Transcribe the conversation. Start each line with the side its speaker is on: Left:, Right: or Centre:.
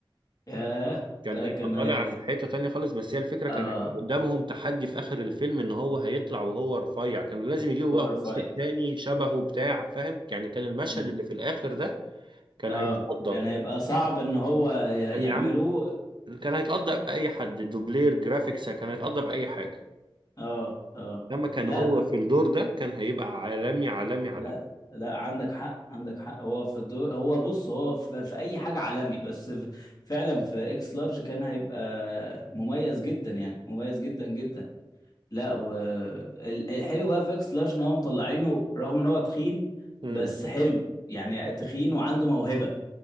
Left: ياه
Right: كان
Left: ده
Right: هيبقى
Left: كان
Right: طالع
Left: هي
Right: في حته تانية خالص بس هي الفكره
Left: اه
Right: كان هيبقى قدامهم تحدي في اخر الفيلم ان هو هيطلع وهو رفيع كان لازم يجيبوا
Left: باور
Right: بقى
Left: فايت
Right: ممثل تاني شبهه بتاع فاهم يعني كان المشهد
Left: مم.
Right: اللي في الاخر ده كان
Left: اه
Right: هيتقضى
Left: كان
Right: كان
Left: هيبقى صعب ان هو ي-
Right: يعني
Left: يعملوه
Right: يا عم كان هيتقضى بأي حد دوبلير جرافيكس كان هيتقضى بأي حاجة
Left: اه اه
Right: لما كان
Left: لا
Right: هو في الدور ده كان هيبقى عالمي عالمي عالمي
Left: لا لا عندك حق عندك حق هو في الدور هو بص هو في, في اي حاجه عالمي بس في فعلا في اكس لارج كان هيبقى مميز جدا يعني مميز جدا جدا لا والحلو بقى في اكس لارج ان هو مطلعينه رغم ان هو تخين
Right: امم
Left: بس حلو يعني تخين وعنده موهبه